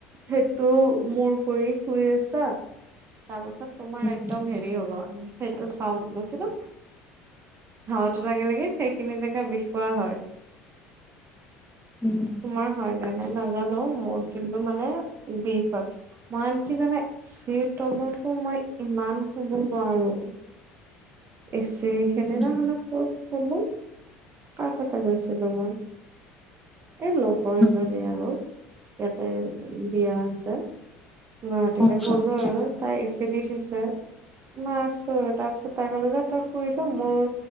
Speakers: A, on the right; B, in the centre.
A: সেইটো মূৰ কৰি শুই আছা। তা পাছত তোমাৰ
B: হুম
A: একদম হেৰি হ'ব। সেইটো ছাউণ্ড কিবা, হাৱাটো লাগি লাগি সেই সেইখিনি জেগা বিষ কৰোৱা হয়।
B: হুম
A: তোমাৰ হয়নে নাই নাজানো মোৰ কিন্তু মানে বিষ হয়। মান কি জানেই চিৰ তলতো মই ইমান শুব নোৱাৰো। এছে সেইদিনাখনে
B: হুম
A: ক'ত কলো কা কাটা গৈছিলো মই। এ লগৰ
B: হুম
A: এজনী আৰু ইয়াতে বিয়া হৈছে। গুৱাহাটীতে
B: আচ্ছা
A: গ'লো
B: আচ্ছা
A: আৰু তাই এচি দি থৈছে, মা ছৰ আৰু তাৰ পিছত তাই ক'লো যে তই শুই ল, মোৰ